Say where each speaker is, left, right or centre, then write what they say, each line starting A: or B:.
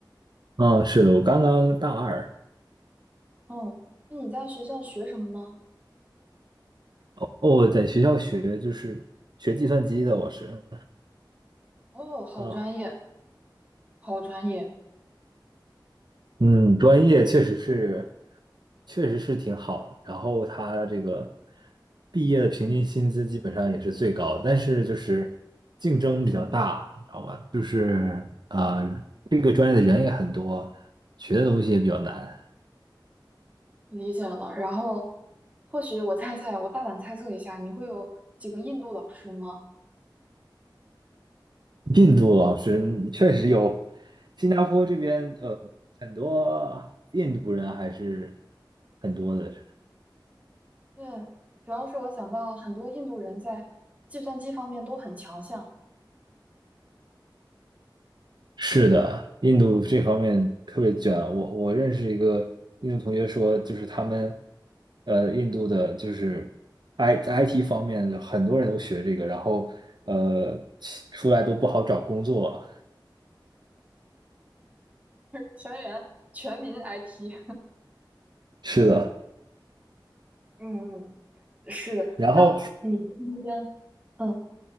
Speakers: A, on the right; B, on the right.
A: 啊，是的，我刚刚大二，
B: 哦，那你在学校学什么呢？
A: 哦，我在学校学就是学计算机的，
B: 嗯，
A: 我是
B: 哦，好专业，
A: 啊，
B: 好专业。
A: 嗯，专业确实是确实是挺好的，然后他这个毕业的平均薪资基本上也是最高的但是就是竞争比较大，
B: 嗯嗯
A: 你知道吧？就是啊，呃这个专业的人也很多，学的东西也比较难。
B: 理解了。然后，或许我猜猜，我大胆猜测一下，你会有几个印度老师吗？
A: 印度老师嗯确实有，新加坡这边呃很多印度人还是很多的。
B: 对，主要是我想到很多印度人在计算机方面都很强项，
A: 是的，印度这方面特别卷。我我认识一个印度同学说，就是他们呃印度的就是 I IT 方面的很多人都学这个，然后呃出来都不好找工作。
B: 全员全民 IT。
A: 是的，
B: 嗯嗯，是的。
A: 然后
B: 那你那边，嗯，